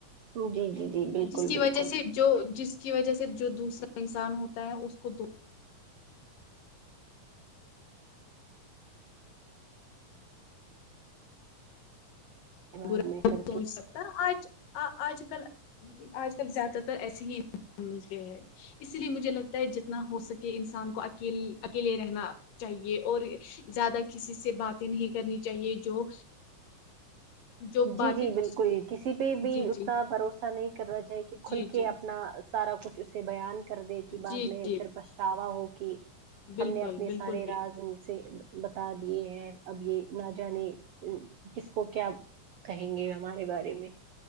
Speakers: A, on the right; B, on the left.
A: جی جی جی بالکل
B: جس کی وجہ
A: بالکل
B: سے جو جس کی وجہ سے جو دوسرا انسان ہوتا ہے اس کو دو
A: بعد
B: برا
A: میں کر
B: سوچ
A: کے
B: سکتا آج آج کل آج کل زیادہ تر ایسی <inaudible> ہے اسی لیے مجھے لگتا ہے جتنا ہو سکے انسان کو اکیلی اکیلے رہنا چاہیے اور زیادہ کسی سے باتیں نہیں کرنی چاہیے جو جو
A: جی
B: باتیں
A: جی
B: دوسری
A: بالکل کسی پہ بھی
B: جی
A: اتنا
B: جی
A: بھروسہ نہیں کرنا چاہی کہ
B: جی
A: کھل کے
B: جی
A: اپنا سارا کچھ اسے بیان کر دے کی بعد
B: جی
A: میں
B: جی
A: پھر پچھتاوا ہو کہ
B: بالکل
A: ہم نے اپنے
B: بالکل
A: سارے
B: بالکل
A: راز ان سے بتا دیے ہیں اب یہ نہ جانے کس کو کیا کہیں گے ہمارے بارے میں